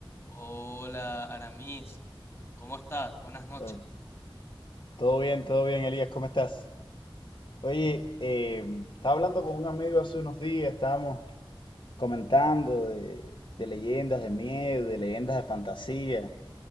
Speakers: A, on the left; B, on the left.
A: Hola, Aramis. ¿Cómo estás? Buenas noches.
B: Eh, Todo bien, todo bien, Elías, ¿cómo estás? Oye, eh, estaba hablando con un amigo hace unos días, estábamos comentando de, de leyendas de miedo, de leyendas de fantasía